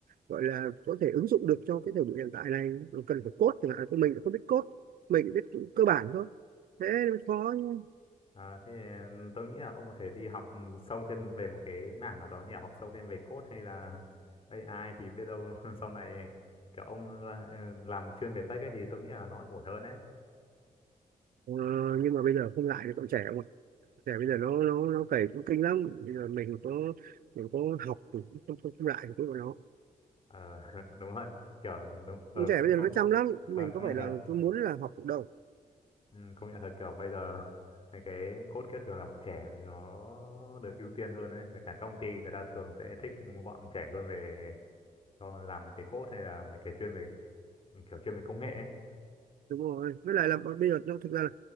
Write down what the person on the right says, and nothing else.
gọi là có thể ứng dụng được cho cái thời điểm hiện tại này Nó cần phải code chẳng hạn của mình cũng không biết code mình chỉ biết cơ bản thôi thế mới khó chứ.
ờ, nhưng mà bây giờ không lại được còn trẻ trẻ bây giờ nó nó nó cày cũng kinh lắm bây giờ mình có mình có học thì cũng không không, không lại được với bọn nó
con trẻ
bây
giờ nó chăm lắm
mình
có phải
là
tôi muốn là học được đâu
đúng rồi với lại là bây giờ nó thực ra là